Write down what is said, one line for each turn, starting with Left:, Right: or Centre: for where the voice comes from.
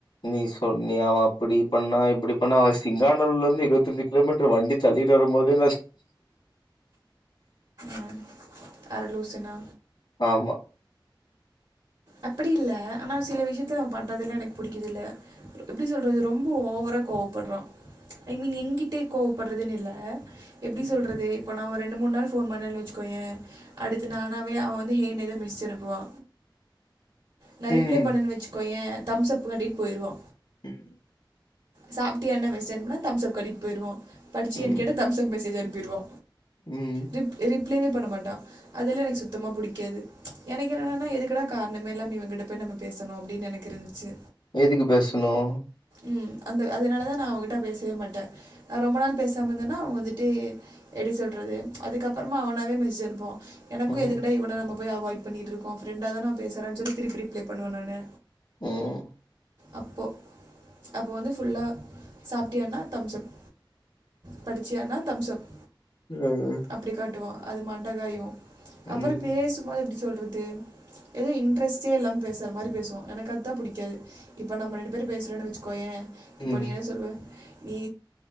Left: நீ சொன்னியா அவ அப்டி பண்ணா இப்டி பண்ணா அவ சிங்காநல்லூர்ல இருந்து இருபத்தஞ்சு கிலோமீட்டர் வண்டி தள்ளிட்டு வரும்போதே
Right: ம் அரலூசுனா
Left: ஆமா
Right: அப்டி இல்ல ஆனா சில விஷயத்துல அவ பண்றதுல்லா எனக்கு பிடிக்குறது இல்ல எப்டி சொல்றது ரொம்ப ஓவரா கோவப்படுறா ஐ மீன் என்கிட்ட கோவப்படுறதுன்னு இல்ல எப்டி
Left: ம்.
Right: சொல்றது இப்போ நா ரெண்டு மூணு நாள் ஃபோன் பண்ணேன்னனு வச்சுக்கோய அடுத்து நானாவே அவ வந்து ஹே ன்னு ஏதோ மெசேஜ் அனுப்புவா நா
Left: ம்.
Right: ரிப்ளை பண்ணன்னு வச்சுக்கோய தம்ஸ் அப் காட்டிட்டு போயிடுவா
Left: ம்
Right: சாப்பிடியானு மெசேஜ் அணுப்புண்ணா தம்ஸ் அப் காட்டிடு போயிடுவா படிச்சையானு
Left: ம்.
Right: கேட்டா தம்ஸ்சப் மெசேஜ் அனுப்பிருவா
Left: ம்
Right: ரிப் ரிப்ளேவே பண்ண மாட்டா அதெலா எனக்கு சுத்தமாக புடிக்காது எனக்கு என்னெனன்னா எதுக்கடா காரணமே இல்லாம இவகிட்ட போய் நம்ம பேசணும் அப்டின்னு எனக்கு இருந்துச்சு
Left: எதுக்கு பேசணும்
Right: ம் அந்த அதனால தா நா அவகிட்ட பேசவே மாட்ட ரொம்ப நாள் பேசாம இருந்தன்னா அவ வந்துட்டு எப்டி சொல்றது அதுக்கப்பறமா அவனாவே மெசேஜ் அனுப்புவா எனக்கும்
Left: ம்.
Right: எதுக்கடா இவன நம்ம போய் அவாய்ட் பண்ணிட்டு இருக்கோ ஃப்ரண்டா தான அவ பேசுறா சொல்லி திருப்பி ரிப்ளே பண்ணுவ நானு
Left: ம்
Right: அப்போ அப்போ வந்து ஃபுல்லா சாப்ட்டியான்னா தம்ஸ்ப் படிச்சியானா தம்ஸ் அப்
Left: அ.
Right: அப்டி காட்டுவா அது மண்டகாயு
Left: ம்.
Right: அப்பற பேசும் போது எப்டி சொல்றது ஏதோ இன்டரெஸ்டேல்லாம பேசுற மாரி பேசுவா எனக்கு அதா புடிக்காது இப்ப நம்ம ரெண்டு பேரும் பேசுறேன்னு வச்சுக்கோய
Left: ம்.
Right: இப்ப நீ என்ன சொல்லுவ நீ